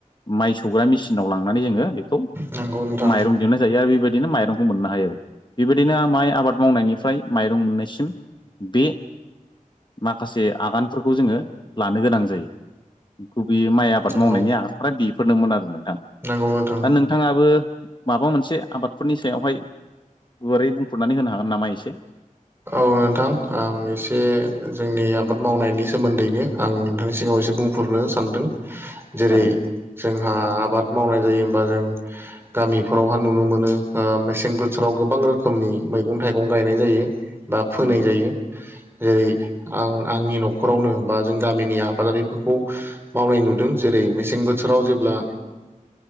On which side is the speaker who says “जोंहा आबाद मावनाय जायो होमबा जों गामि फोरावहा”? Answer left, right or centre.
Right